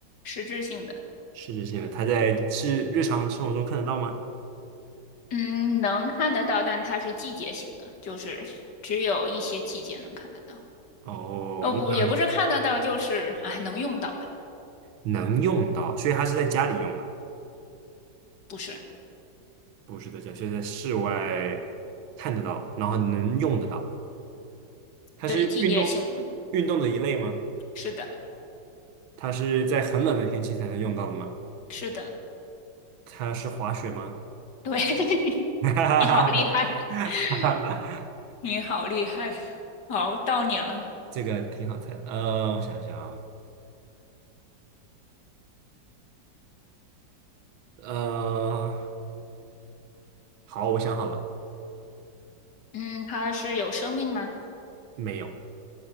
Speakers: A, on the left; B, on the right.
A: 实质性的，
B: 实质性的，它在是日常生活中看得到吗？
A: 嗯，能看得到，但它是季节性的，就是只有一些季节能看得到。
B: 哦，
A: 哦，不，
B: 那
A: 也不是看得到，就是哎，能用到吧？
B: 能用到，所以它是在家里用的，
A: 不是，
B: 不是在家，是在室外看得到，然后能用得到。它是运动
A: 对，季节性的，
B: 运动的一类吗？
A: 是的，
B: 它是在很冷的天气才能用到的吗？
A: 是的，
B: 它是滑雪吗？
A: 对，<laughs>
B: <laughs> 哈哈哈哈哈！
A: 你好厉害，<laughs> 你好厉害，好，到你了。
B: <laughs> 这个挺好猜的，呃，我想想啊，呃，好，我想好了，
A: 嗯，它是有生命吗？
B: 没有。